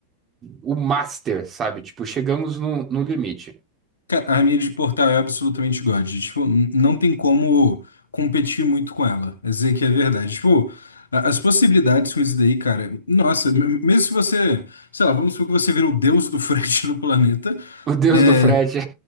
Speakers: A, on the right; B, on the left.
A: o master, sabe? Tipo, chegamos no, no limite.
B: Ca- A minha de portal é absolutamente God. Tipo, n- não tem como competir muito com ela. É dizer que é verdade. Tipo, a- as possibilidades com isso daí, cara, nossa, m- mesmo se você, sei lá, vamos supor que você vira o deus do <laughs> frete do planeta.
A: O deus
B: é,
A: do frete.